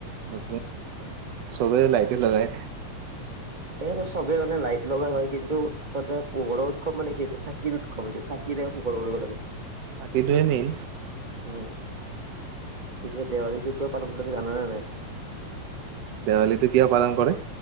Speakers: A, on the right (about 70°); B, on the right (about 45°).
A: <unintelligible> চবে লাইটে লগাই।
B: <unintelligible> চবে মানে লাইট লগা হয় কিন্তু, তাতে পোহৰৰ উৎসৱ মানে কি যে চাকিৰ <unintelligible> চাকিৰে পোহৰ কৰিব লাগে,
A: চাকিটোৱে মেইন
B: উম। পিছে দেৱালীটো কিয় পালন কৰে এইটো জানানে নাই?
A: দেৱালীটো কিয় পালন কৰে?